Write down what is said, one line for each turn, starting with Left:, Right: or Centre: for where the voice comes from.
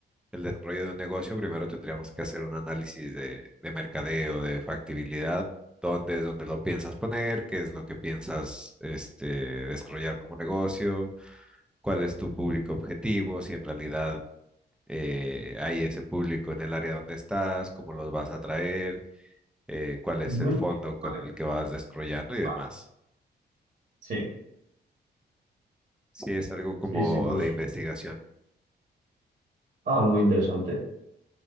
Centre: el desarrollo de un negocio, primero tendríamos que hacer un análisis de, de mercadeo, de factibilidad dónde es donde lo piensas poner, qué es lo que piensas este, desarrollar como negocio, cuál es tu público objetivo, si en realidad eh, hay ese público en el área donde estás, cómo los vas a atraer, eh, cuál es
Right: ujú.
Centre: el fondo
Right: Sí,
Centre: con
Right: Vale,
Centre: el que vas desarrollando y demás.
Right: vale. Sí,
Centre: Sí, es algo como
Right: sí, sí, pues.
Centre: de investigación.
Right: Ah, muy interesante.